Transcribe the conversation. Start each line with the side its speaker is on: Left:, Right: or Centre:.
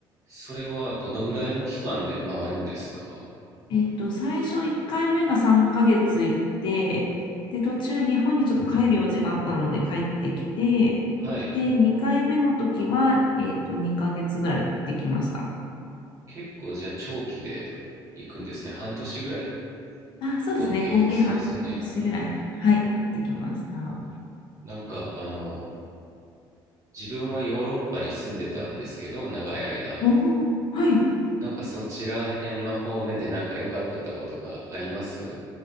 Right: それはどのぐらいの期間で回るんですか
Left: えっと、最初1回目が3ヶ月行って、で、途中日本にちょっと帰る用事があったので帰ってきて、
Right: はい。
Left: で、2回目の時は、えっと、2ヶ月ぐらい行ってきました。
Right: 結構じゃあ長期で行くんですね。半年ぐらい
Left: あ、そうですね。
Right: 合計、
Left: 合計半年ぐらい、
Right: そうですよね。うん。
Left: はい、行ってきました。
Right: なんかあの自分はヨーロッパに住んでたんですけど長い間
Left: おおはい。
Right: なんかそちら辺の方面でなんか良かったとことかあります